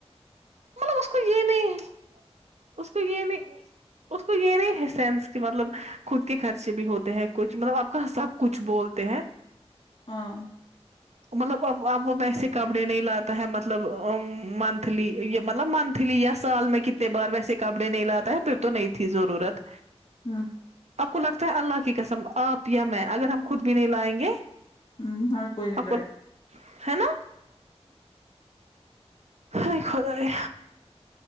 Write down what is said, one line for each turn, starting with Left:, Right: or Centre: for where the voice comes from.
Right: مطلب اس کو یہ نہیں ہے اس کو یہ نہیں اس کو یہ نہیں ہے سینس کہ مطلب خود کے خرچے بھی ہوتے ہیں کچھ مطلب آپ کا سب کچھ بولتے ہیں
Left: ہاں
Right: مطلب اب اب وہ ویسے کپڑے نہیں لاتا ہے مطلب منتھلی یا مطلب منتھلی یا سال میں کتنے بار ویسے کپڑے نہیں لاتا ہے پھر تو نہیں تھی ضرورت
Left: <unintelligible>
Right: آپ کو لگتا ہے اللہ کی قسم آپ یا میں اگر ہم خود بھی نہیں لائیں گے
Left: ہ اور کوئی ن
Right: آپ
Left: لائ
Right: کو
Left: <unintelligible>
Right: ہے نا ہ خدائے